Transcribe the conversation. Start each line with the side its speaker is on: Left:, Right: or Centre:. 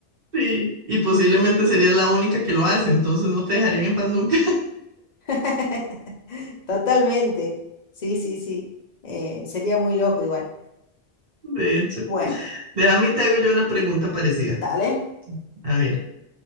Right: sí, y posiblemente sería la única que lo hace, entonces no te dejarían en paz nunca,
Left: <laughs> Totalmente. Sí, sí, sí. Eh, sería muy loco igual.
Right: <laughs> de hecho.
Left: Bueno,
Right: Déjame y te hago yo una pregunta parecida.
Left: dale.
Right: A ver.